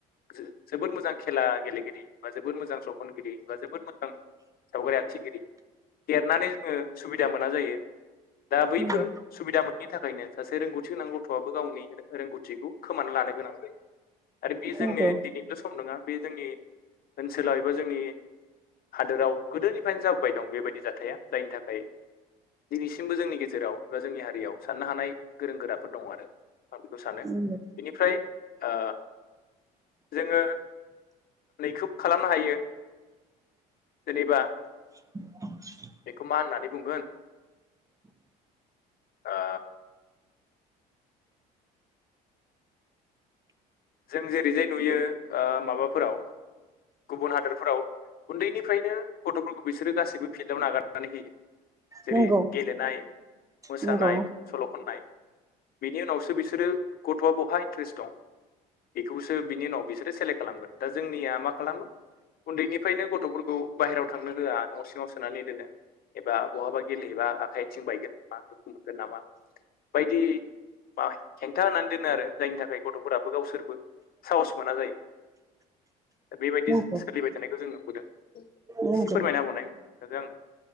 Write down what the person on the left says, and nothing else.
जो जोबोद मोजां खेला गेलेगिरि बा जोबोद मोजां सावखुनगिरि बा जोबोद मोजां सावगारि आखिगिरि देरनानै जोङो सुबिदा मोना जायो दा बैफोर
सुबिदा मोननि थाखायनो सासे रोंगौथि गोनां गथ'आबो गावनि रोंगौथिखौ खोमा लानो गोनां जायो आरो बे
जोंनि नैल' सम नङा बे जोंनि ओनसोलाव एबा जोंनि हादोराव गोदोनि फ्रायानो जाबोबाय दं बेबायदि जाथाया जायनि थाखाय दिनैसिमबो जोंनि गेजेराव एबा जोंनि हारियाव साननो हानाय गोरों गोराफोर दङ आरो आं बेखौ सानो
बेनिफ्राय ओ जोङो नैखोब खालामनो हायो। जेनेबा
बेखौ मा होननानै बुंगोन ओ जों जेरैजाय नुयो ओ माबाफोराव गुबुन हादरफोराव उन्दैनिफ्रायनो गथ'फोरखौ बिसोरो गासैबो फिल्डआव नागारनानै होयो जेरै
गेलेनाय मोसानाय
सल' खननाय बिनि उनावसो बिसोरो गथ'आ बहा इन्ट्रेस्ट दं। बेखौसो बिनि उनाव बिसोरो सेलेक्ट खालामगोन दा जोंनिया मा खालामो उन्दैनिफ्रायनो गथ'फोरखौ बाहेरायाव थांनो होआ न' सिङाव सोनानै दोनो एबा बहाबा गेलेहैबा आखाइ आथिं बायगोन नामा दुखु मोनगोन नामा। बायदि मा हेंथा होनानै दोनो आरो जायनि थाखाय गथ'फोराबो गावसोर साहस मोना जायो। दा बेबायदि
सोलिबाय थानायखौ जों नुबोदों एसे
फोरमायनाबावनाय खोनथादों आंनो